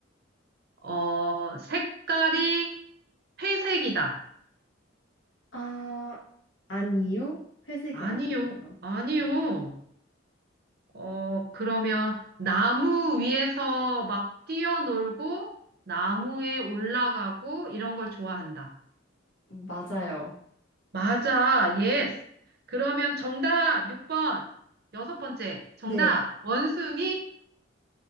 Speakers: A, on the right; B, on the left.
A: 어, 색깔이 회색이다.
B: 아, 아니요? 회색이
A: 아니요,
B: 아니에요.
A: 아니요.
B: 네.
A: 어, 그러면 나무 위에서 막 뛰어놀고, 나무에 올라가고, 이런 걸 좋아한다.
B: 맞아요.
A: 맞아, 예스.
B: 네.
A: 그러면 정답 6번. 여섯 번째, 정답.
B: 네,
A: 원숭이?